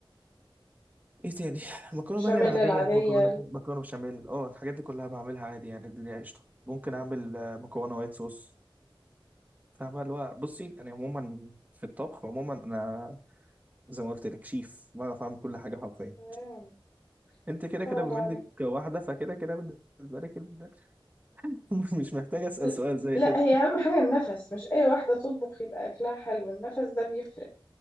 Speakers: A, on the right (about 20°); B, on the left (about 20°).
A: ايه تاني مكرونة
B: بشاميل
A: بقى اللي هي العادية
B: العاديه
A: مكرونة مكرونة بشاميل اه الحاجات دي كلها بعملها عادي يعني الدنيا قشطة ممكن اعمل آه، مكرونة وايت صوص فاهمة اللي هو بصي انا عموما في الطبخ عموما انا زي ما قلت لك شيف بعرف اعمل كل حاجة حرفيا
B: سلام
A: انت كده
B: ان شاء
A: كده
B: الله
A: بما
B: عليك
A: انك واحدة فكده كده بالنسبة لك ال- <laughs> مش محتاج اسأل
B: ل-
A: سؤال زي
B: لا
A: كده
B: هي اهم حاجه النفس مش اي واحده تطبخ يبقى اكلها حلو النفس ده بيفرق